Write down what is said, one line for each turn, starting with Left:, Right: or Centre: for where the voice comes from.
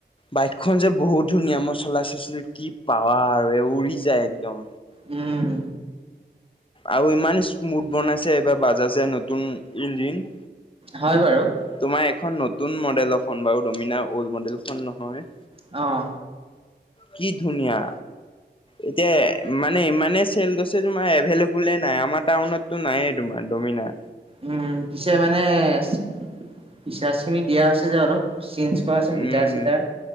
Left: বাইকখন যে বহুত ধুনীয়া, মই চলাই চাইছিলো, কি পাৱাৰ। উৰি যায়, একদম।
Right: উম।
Left: আৰু ইমান স্মুথ বনাইছে, এইবাৰ বাজাজে নতুন ইঞ্জিন।
Right: হয় বাৰু।
Left: তোমাৰ এখন নতুন মডেল বাৰু ডমিনাৰ অল্ড মডেলখন নহয়।
Right: অহ।
Left: কি ধুনীয়া, এতিয়া মানে ইমান মানে চেল গৈছে, তোমাৰ এভেইলেবুল নাই, আমাৰ টাউনতটো নাই তোমাৰ ডমিনাৰ।
Right: উম, পিছে মানে ফিচাৰ্জ খিনি দিয়া হৈছে যে অলপ। চেন্স কৰা আছে মিটাৰ
Left: উম
Right: চিতাৰ।